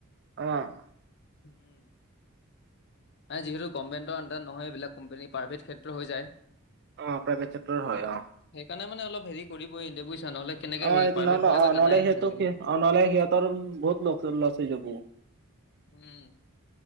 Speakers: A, on the right (about 50°); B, on the left (about 50°).
A: অ।
B: উহু। যিহেতু গভমেণ্ট আণ্ডাৰত নহয় এইবিলাক কোম্পানীয়ে প্ৰাইভেট ক্ষেত্ৰত হৈ যায়।
A: অ প্ৰাইভেট চেক্টৰ হয় অ।
B: সেইকাৰণে মানে অল হেৰি কৰিবই ইন্দে বুইছা নহ'লে কেনেকে
A: অ
B: হেৰি প্ৰাইভেট
A: নহ
B: বিলাকত জানাই
A: নহলে সেটো
B: আজিকালি।
A: সেই অ নহলে সিহঁতৰ বহুত লকছ লছ হৈ যাব।
B: উম।